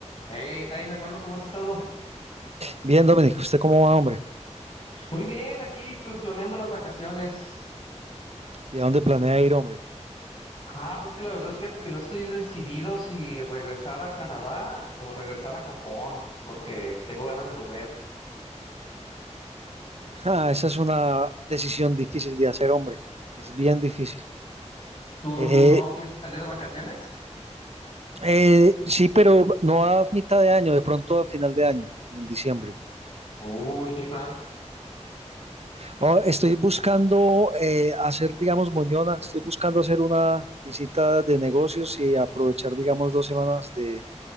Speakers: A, on the left; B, on the right.
A: Hey, Jaime, hermano, ¿cómo has estado?
B: Bien, Dominic, ¿usted cómo va, hombre?
A: Muy bien, aquí pl- planeando las vacaciones.
B: ¿Y a dónde planea ir, hombre?
A: Ah, pues que la verdad, fíjate que no estoy decidido si regresar a Canadá o regresar a Japón, porque tengo ganas de volver.
B: Ah, esa es una decisión difícil de hacer, hombre. Es bien difícil.
A: ¿Tú
B: Eh,
A: no piensas salir de vacaciones?
B: eh, sí, pero no a mitad de año, de pronto a final de año, en diciembre.
A: Uy, qué plan.
B: Oh, estoy buscando eh, hacer, digamos, moñona. Estoy buscando hacer una visita de negocios y aprovechar, digamos, dos semanas de,